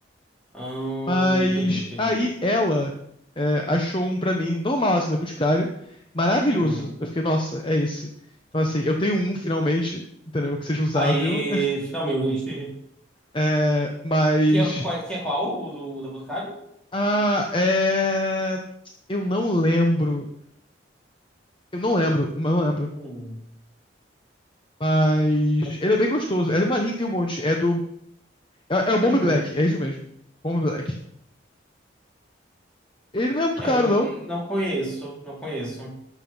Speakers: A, in the centre; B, on the left (about 25°).
A: Ah,
B: Mas
A: entendi, entendi.
B: aí ela é, achou um pra mim, normal, assim, na Boticário. Maravilhoso.
A: Uhum.
B: Eu fiquei, nossa, é esse. Então, assim, eu tenho um finalmente, entendeu? Que seja usável.
A: Aí, finalmente. <laughs>
B: É, mas.
A: Que é, qual é- que é qual? O do, o da Boticário?
B: Ah, é. Eu não lembro. Eu não lembro, não lembro.
A: Hum.
B: Mas. Ele é bem gostoso. É uma linha que tem um monte. É do. É, é o Bomb
A: Uhum.
B: Black, é isso mesmo. Bomb Black. Ele não é muito
A: É,
B: caro,
A: não,
B: não.
A: não conheço, não conheço.